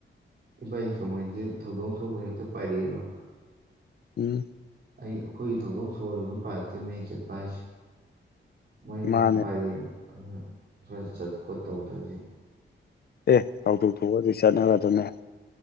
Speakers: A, on the right; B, on the left.
A: ꯏꯐ ꯏꯅꯤ ꯀꯃꯥꯏꯁꯤ ꯊꯧꯗꯣꯛ ꯊꯣꯛꯄ ꯍꯦꯛꯇ ꯄꯥꯏꯔꯛꯑꯦꯕ
B: ꯎꯝ
A: ꯑꯩ ꯑꯩꯈꯣꯏꯒꯤ ꯊꯧꯗꯣꯛ ꯊꯣꯛꯑꯁꯨ ꯑꯗꯨꯝ ꯄꯥꯏꯔꯛꯇꯣꯏꯅꯦ ꯑꯩꯅ ꯆꯠꯄ ꯍꯥꯏꯁꯦ ꯃꯣꯏ ꯑꯗꯨꯝ
B: ꯃꯥꯅꯦ
A: ꯄꯥꯏꯔꯛꯑꯦ ꯑꯗꯨ ꯈꯔ ꯆꯠ ꯈꯣꯠ ꯇꯧꯗ꯭ꯔꯗꯤ
B: ꯑꯦ ꯐꯥꯎꯗꯣꯛ ꯊꯣꯛꯣꯛꯑ ꯑꯗꯨꯗꯤ ꯆꯠꯅꯔꯗꯅꯦ